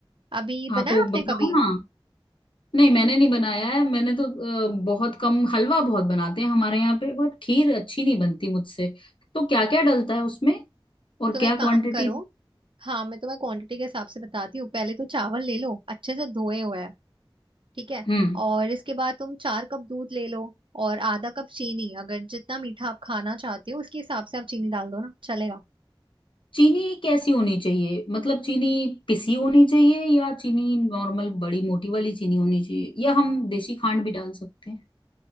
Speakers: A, on the right (about 65°); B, on the left (about 70°).
A: अभी
B: हाँ
A: बनाया
B: तो
A: आपने
B: बताओ
A: कभी
B: ना नहीं मैंने नहीं बनाया है मैंने तो अ, बहुत कम हलवा बहुत बनाते हैं हमारे यहाँ पे बट खीर अच्छी नहीं बनती मुझसे तो क्या क्या डलता है उसमें और
A: तुम
B: क्या
A: एक काम
B: क्वांटिटी
A: करो हाँ मैं तुम्हें क्वांटिटी के हिसाब से बताती हूँ पहले तो चावल ले लो अच्छे से धोए हुए ठीक है
B: हम्म
A: और इसके बाद तुम चार कप दूध ले लो और आधा कप चीनी अगर जितना मीठा आप खाना चाहते हो उसके हिसाब से आप चीनी डाल दो ना चलेगा
B: चीनी कैसी होनी चाहिए मतलब चीनी पिसी होनी चाहिए या चीनी नॉर्मल बड़ी मोटी वाली चीनी होनी चाहिए या हम देसी खांड भी डाल सकते हैं